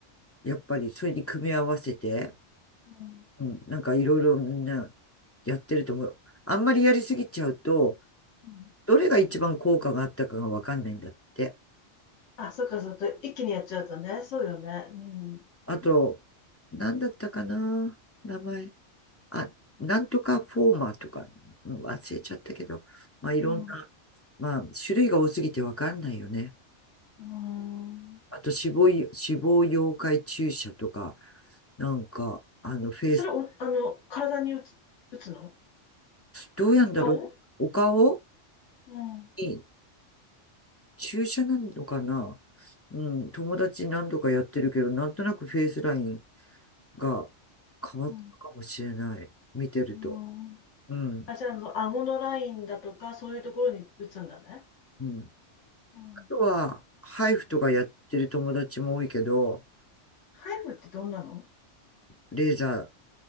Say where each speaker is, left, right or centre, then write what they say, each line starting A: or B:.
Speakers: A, on the left (about 20°); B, on the left (about 80°).
A: やっぱり、それに組み合わせて、
B: うん、
A: うん。なんか、いろいろみんな、やってると思う。あんまりやりすぎちゃうと、
B: うん。
A: どれが一番効果があったかがわかんないんだって。
B: あ、そっかそっか、一気にやっちゃうとね、そうよね。うん、
A: あと、なんだったかな、名前。あ、なんとかフォーマーとか、うん忘れちゃったけど、まあいろんな、
B: う
A: まあ種類が多すぎてわかんないよね。
B: ん、うん。
A: あと死亡い、死亡溶解注射とか、なんか、あのフェイス、
B: えそれお、あの、体に打つ、打つの
A: どうやんだろう、
B: 顔
A: お顔
B: うん、
A: に注射なのかなうん、友達何度かやってるけど、なんとなくフェイスラインが変わったかもしれない。
B: うん、
A: 見てると。
B: うん。
A: うん、
B: あ、じゃあ、あの、顎のラインだとか、そういうところに打つんだね。
A: うん。
B: うん。
A: あとは、ハイフとかやってる友達も多いけど、
B: ハイブってどんなの
A: レーザー